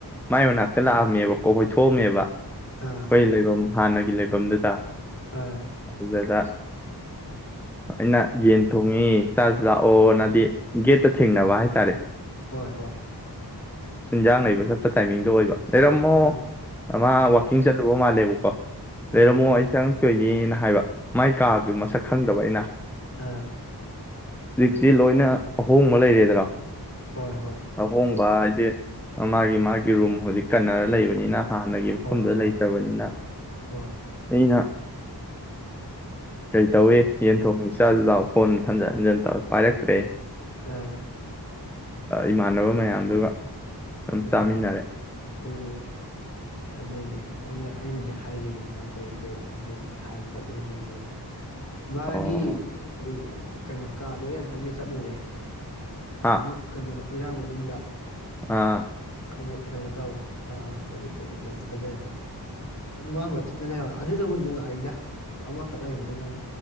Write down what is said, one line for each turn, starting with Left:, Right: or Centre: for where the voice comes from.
Centre: ꯃꯥꯏ ꯃꯅꯥꯛꯇ ꯂꯥꯛꯑꯝꯃꯦꯕꯀꯣ ꯑꯩꯈꯣꯏ ꯊꯣꯛꯑꯝꯃꯦꯕ
Left: ꯑꯥ
Centre: ꯄꯩ ꯂꯩꯕ ꯍꯥꯟꯅꯒꯤ ꯂꯩꯐꯝꯗꯨꯇ
Left: ꯑꯥ
Centre: ꯑꯗꯨꯗ ꯑꯩꯅ ꯌꯦꯟ ꯊꯣꯡꯉꯤ ꯆꯥꯁꯤ ꯂꯥꯛꯑꯣꯅ ꯒꯦꯠꯇ ꯊꯦꯡꯅꯕ ꯍꯥꯏꯇꯥꯔꯦ
Left: ꯍꯣꯏ ꯍꯣꯏ
Centre: ꯏꯟꯖꯥꯡ ꯂꯩꯕ ꯆꯠꯄ ꯇꯥꯏꯃꯤꯡꯗꯣ ꯑꯣꯏꯕ ꯂꯩꯔꯝꯃꯣ
Left: ꯑꯥ
Centre: ꯃꯥ
Left: ꯑꯥ
Centre: ꯋꯥꯛꯀꯤꯡ ꯆꯠꯂꯨꯕ ꯃꯥꯜꯂꯦꯕ ꯀ‌ꯣ ꯂꯩꯔꯝꯃ‌ꯣ
Left: ꯑꯥ
Centre: ꯑꯩ ꯆꯪ ꯀꯩꯒꯤꯅ ꯍꯥꯏꯕ ꯃꯥꯏ ꯀꯥꯗꯨ ꯃꯁꯛ ꯈꯪꯗꯕ ꯑꯩꯅ
Left: ꯑꯥ
Centre: ꯍꯧꯖꯤꯛꯇꯤ ꯂꯣꯏꯅ ꯑꯍꯣꯡꯕ ꯂꯩꯔꯦꯗꯅ
Left: ꯍꯣꯏ ꯍꯣꯏ
Centre: ꯑꯍꯣꯡꯕ ꯍꯥꯏꯁꯦ ꯃꯥꯒꯤ ꯃꯥꯒꯤ ꯔꯨꯝ ꯍꯧꯖꯤꯛ ꯀꯟꯅꯔ ꯂꯩꯕꯅꯤꯅ ꯍꯥꯟꯅꯒꯤ ꯃꯐꯝꯗ
Left: ꯍꯣꯏ ꯍꯣꯏ
Centre: ꯂꯩꯇꯕꯅꯤꯅ
Left: ꯍꯣꯏ
Centre: ꯑꯩꯅ ꯀꯩ ꯇꯧꯏꯤ ꯌꯦꯟ ꯊꯣꯡ ꯏꯆꯥꯗꯨ ꯂꯥꯛ ꯐꯣꯟ ꯍꯟꯖꯤꯟ ꯍꯟꯖꯤꯟ ꯇꯧꯔ ꯄꯥꯏꯔꯛꯈ꯭ꯔꯦ
Left: ꯑ
Centre: ꯏꯃꯥꯟꯅꯕ ꯃꯌꯥꯝꯗꯨꯒ ꯑꯗꯨꯝ
Left: ꯎꯝ
Centre: ꯆꯥꯃꯤꯟꯅꯔꯦ
Left: ꯎꯝ ꯑꯗꯨꯅꯤ ꯑꯩꯅ ꯑꯩꯅꯗꯤ ꯍꯥꯏꯈꯤꯕꯗꯨ ꯑꯗꯨꯃꯥꯏꯅ ꯇꯧꯔꯤ ꯀꯩ ꯑꯗꯨꯃꯥꯏꯅ ꯍꯥꯏ ꯈꯣꯠꯂꯤ ꯑꯗꯨꯗꯨ ꯃꯥꯒꯤ
Centre: ꯑꯣ
Left: ꯎ ꯀꯩꯅꯣ ꯀꯥꯗꯣ ꯑꯩ ꯑꯛꯇꯪꯗꯤ ꯆꯠꯂꯨꯔꯦ
Centre: ꯑꯥ
Left: ꯍꯛ ꯀꯩꯅꯩꯅꯣ ꯏꯔꯥꯡ ꯃꯅꯨꯡꯗ
Centre: ꯑꯥ
Left: ꯑꯣ ꯀꯩꯅꯣ ꯇꯧꯋꯤ ꯑ ꯀꯔꯤ ꯀꯔꯤ ꯀꯔꯤ ꯐꯖ ꯑ ꯃꯊꯗ ꯂꯩꯍꯧꯔꯦ ꯑꯗꯨꯗꯕꯨ ꯅꯨꯡꯉꯥꯏꯗ ꯑꯃꯈꯛ ꯂꯩꯕꯗꯨꯅꯕꯨ